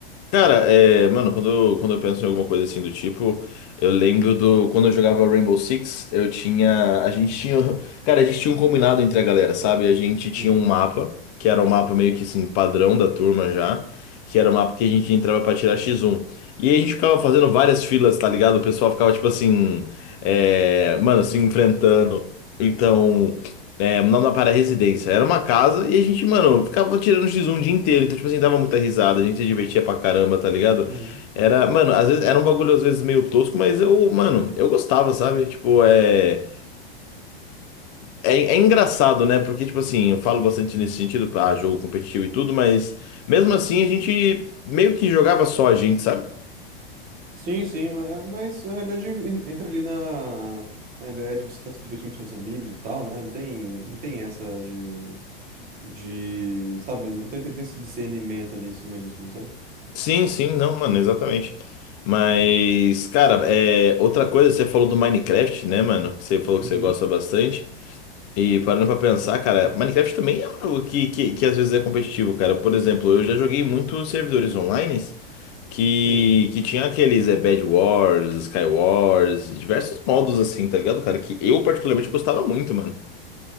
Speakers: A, on the left (about 45°); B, on the right (about 30°).
A: Cara, é, mano, quando eu, quando eu penso em alguma coisa assim do tipo, eu lembro do. Quando eu jogava Rainbow Six, eu tinha. A gente tinha. <laughs> Cara, a gente tinha um combinado entre a galera, sabe? A gente tinha
B: Uhum.
A: um mapa, que era o mapa meio que assim, padrão da turma já, que era o mapa que a gente entrava pra tirar X1. E aí a gente ficava fazendo várias filas, tá ligado? O pessoal ficava, tipo assim. é, Mano, se enfrentando. Então. É, não para a residência. Era uma casa e a gente, mano, ficava tirando x um o dia inteiro. Então, tipo assim, dava muita risada, a gente se divertia pra caramba, tá ligado?
B: uhum.
A: Era, mano, às vezes era um bagulho às vezes meio tosco, mas eu, mano, eu gostava, sabe? Tipo, é. É, é engraçado, né? Porque, tipo assim, eu falo bastante nesse sentido, ah, jogo competitivo e tudo, mas mesmo assim a gente meio que jogava só a gente, sabe?
B: Sim, sim, ma- é, mas na realidade en- entra ali na, na ideia de você estar se divertindo com seus amigos e tal, né? Não tem, não tem essa de, de, sabe? Não tem, tem tem esse discernimento ali em cima disso, sabe?
A: Sim, sim, não, mano, exatamente. Mas, cara, é, outra coisa, você falou do Minecraft, né, mano? Que você falou
B: Uhum,
A: que você gosta bastante. E parando pra pensar, cara, Minecraft também é um jogo que, que, que às vezes é competitivo, cara. Por exemplo, eu já joguei muitos servidores online que,
B: sim.
A: que tinha aqueles é, Bed Wars, Sky Wars, diversos modos assim, tá ligado, cara? Que eu particularmente gostava muito, mano.